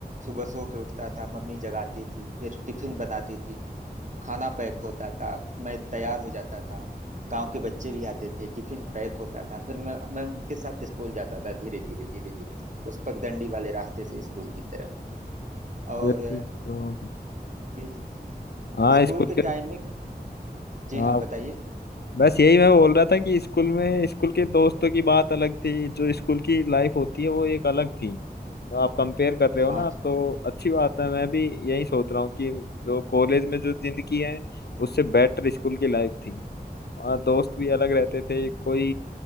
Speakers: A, on the right (about 45°); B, on the left (about 75°).
A: सुबह सो के उठता था मम्मी जगाती थी फिर टिफिन बनाती थी खाना पैक होता था मैं तैयार हो जाता था गांव के बच्चे भी आते थे टिफिन पैक होता था फिर मैं मैं उनके साथ स्कूल जाता था धीरे धीरे धीरे धीरे उस पगडंडी वाले रास्ते से स्कूल की तरफ और
B: बिल्कुल तो
A: जी जी
B: हाँ
A: स्कूल
B: स्कूल
A: के
B: के
A: टाइम में जी
B: हाँ
A: हाँ बताइए
B: बस यही मैं बोल रहा था कि स्कूल में स्कूल के दोस्तों की बात अलग थी जो स्कूल की लाइफ होती है वो एक अलग थी तो आप कंपेयर कर रहे
A: हाँ
B: हो ना
A: जी
B: तो अच्छी बात है मैं भी यही सोच रहा हूँ कि जो कॉलेज में जो जिंदगी है उससे बेटर स्कूल की
A: हाँ,
B: लाइफ थी वहाँ दोस्त भी अलग रहते थे कोई